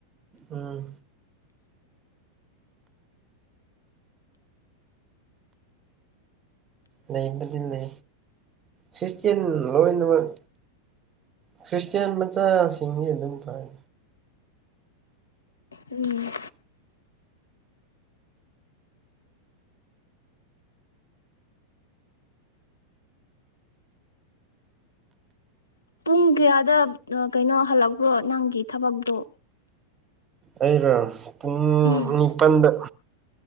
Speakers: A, on the right; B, on the left.
A: ꯎꯝ ꯂꯩꯕꯗꯤꯟꯅꯦ ꯈ꯭ꯔꯤꯁꯇ꯭ꯌꯟ ꯂꯣꯏꯅꯃꯛ ꯈ꯭ꯔꯤꯁꯇ꯭ꯌꯥꯟ ꯃꯆꯥ ꯁꯤꯡ ꯗꯤ ꯑꯗꯨꯝ ꯐꯩ
B: ꯎꯝ ꯄꯨꯡ ꯀꯌꯥꯗ ꯀꯩꯅꯣ ꯍꯜꯂꯛꯄ꯭ꯔꯣ ꯅꯪꯒꯤ ꯊꯕꯛꯇꯣ
A: ꯑꯩꯅ ꯄꯨꯡ
B: ꯎꯝ
A: ꯅꯤꯄꯟꯗ